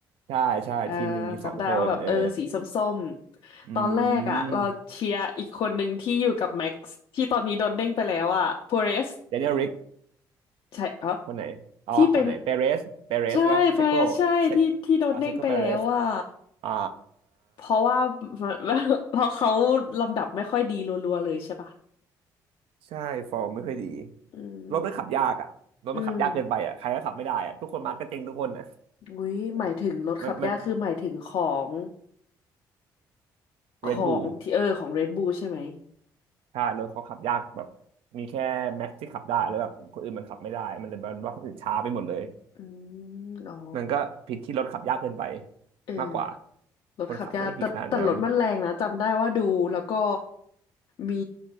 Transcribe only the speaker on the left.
เออจำได้ว่าแบบเออสีส้มๆตอนแรกอ่ะเราเชียร์อีกคนหนึ่งที่อยู่กับแม็กซ์ที่ตอนนี้โดนเด้งไปแล้วอ่ะพ
r เรส
ใช่เออ
ที่เป็นใช่พ r เรสใช่ที่ที่โดนเด้งไปแล้วอ่ะ
เพราะว่า <laughs> เพราะเขาลำดับไม่ค่อยดีรัวๆเลยใช่ปะ
อืม
อืมอุ้ยหมายถึงรถขับยากคือหมายถึงของ
ของที่เออของ Red Bull ใช่ไหม
อืมอ๋อ
เออ
รถขับยากแต่แต่รถมันแรงนะจำได้ว่าดูแล้วก็
มี